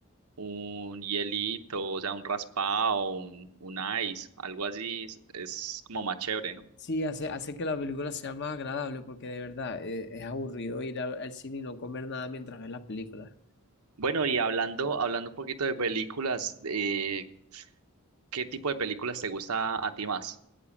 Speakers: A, on the right (about 85°); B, on the left (about 50°).
A: un hielito, o sea, un raspado, un, un ice, algo así es, es como más chévere, ¿no?
B: Sí, hace, hace que la película sea más agradable porque de verdad eh, es aburrido ir a- al cine y no comer nada mientras ves la película.
A: Bueno, y hablando, hablando un poquito de películas, eh, ¿qué tipo de películas te gusta a ti más?